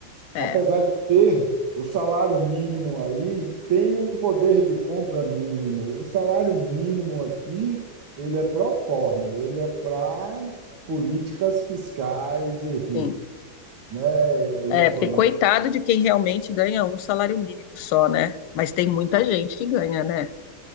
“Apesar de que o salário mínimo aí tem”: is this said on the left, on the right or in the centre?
Right